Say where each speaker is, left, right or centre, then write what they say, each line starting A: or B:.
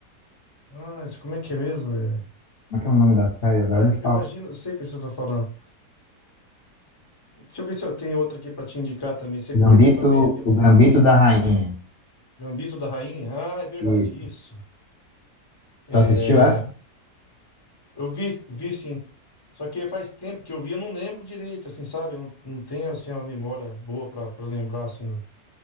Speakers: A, on the left (about 20°); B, on the left (about 45°).
A: Ah, isso como é que é mesmo? É?
B: Como é que é o nome da série? Agora
A: Tá,
B: me
A: eu
B: fala.
A: imagino, eu sei o que você tá falando. Deixa eu ver se eu tenho outra aqui pra te indicar também. Você
B: Gambito,
A: curte também ali algum
B: o Gambito da Rainha.
A: Gambito da Rainha? Ah, é verdade,
B: Isso.
A: isso. É,
B: Tu assistiu essa?
A: Eu vi, vi sim. Só que faz tempo que eu vi, eu não lembro direito, assim, sabe? Eu não, não tenho, assim, uma memória boa pra pra lembrar, assim. não.